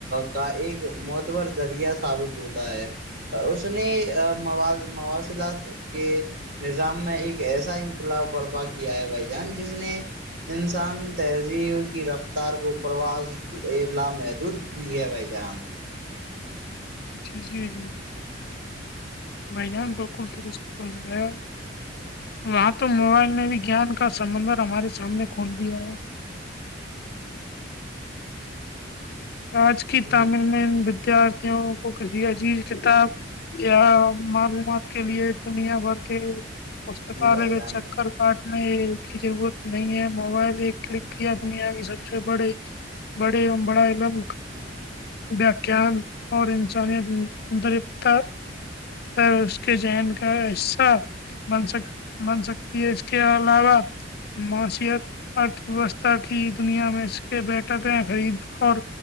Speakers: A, on the right (about 55°); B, on the left (about 60°).
A: کا ایک معتبور ذریعہ ثابت ہوتا ہے اس نے مو مواصلات کے نظام میں ایک ایسا انقلاب برپا کیا ہے بھائی جان جس نے <unintelligible> انسان تہذیب کی رفتار کو پرواز لامحدود دی ہے بھائی جان
B: جی جی بھیا بالکل درست کرمایا وہاں تو موبائل نے بھی گان کا سمبندر ہمارے سامنے کھول دیا ہے آج کی
A: جی
B: تامل میں ان ودیارتھیوں کو کہیا جیز کتاب یا معلومات کے لیے دنیا بھر کے پستکالیہ
A: جی بھائی
B: کے
A: جان
B: چکر کاٹنے کی ضرورت نہیں ہے موبائل ایک کلک کیا د نہیں آگئی سب سے بڑے بڑے اوم بڑا علم وکھان <unintelligible> اور انسانیت طریفار پر اس کے جین کا حصہ بن سکتی بن سکتی ہے اس کے علاوہ معاشت ارتھ ویوستھا کی دنیا میں اس کے بیٹک ہیں خرید اور